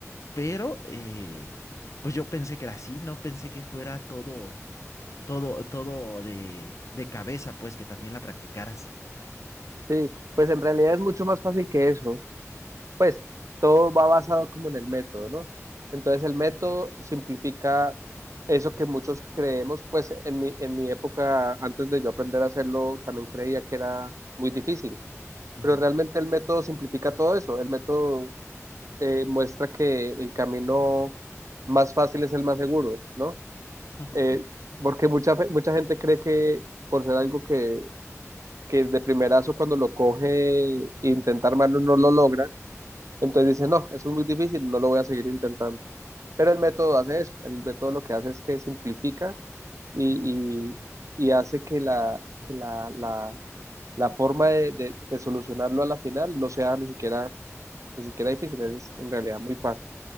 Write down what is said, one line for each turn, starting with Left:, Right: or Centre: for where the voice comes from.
Left: pero eh, pues yo pensé que era así, no pensé que fuera todo, todo, todo de, de cabeza, pues que también la practicaras.
Right: Sí, pues en realidad es mucho más fácil que eso. Pues todo va basado como en el método, ¿no? Entonces el método simplifica eso que muchos creemos, pues en mi, en mi época, antes de yo aprender a hacerlo, también creía que era muy difícil,
Left: Ujú.
Right: pero realmente el método simplifica todo eso. El método eh, muestra que el camino más fácil es el más seguro, ¿no?
Left: <laughs>
Right: Eh, porque mucha, fe- mucha gente cree que por ser algo que que de primerazo cuando lo coge, e intenta armarlo, no lo logra. Entonces dice, no, eso es muy difícil, no lo voy a seguir intentando. Pero el método hace eso, el método lo que hace es que simplifica y, y, y hace que la, que la, la, la forma de, de, de solucionarlo a la final no sea ni siquiera, ni siquiera difícil, es en realidad muy fácil.